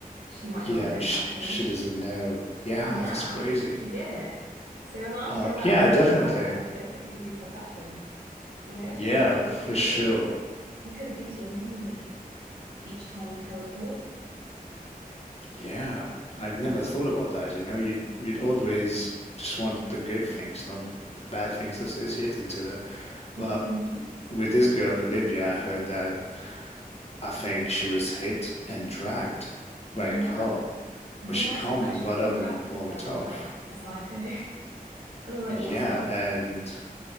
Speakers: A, on the right (about 80°); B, on the left (about 40°).
A: She might
B: Yeah,
A: not know it's
B: but she
A: happening.
B: she doesn't know. Yeah,
A: Yeah,
B: that's crazy.
A: she get it. So when I ask
B: Uh,
A: you about
B: yeah,
A: a superpower,
B: definitely.
A: there could be repercussions, you know,
B: Yeah,
A: to teleportation.
B: for sure.
A: You could lose your memory each time you teleport.
B: Yeah, I'd never thought about that, you know. You'd you'd always just want the good things, not the bad things associated to it.
A: Mm-hmm.
B: But with this girl, Olivia, I heard that I think she was hit and dragged by
A: Yeah.
B: a car,
A: And
B: but
A: her
B: she
A: mum
B: calmly
A: said that
B: got
A: she came
B: up and
A: back
B: walked
A: to them
B: off.
A: like a psycho. <laughs> And I was like,
B: Yeah,
A: what's wrong?
B: and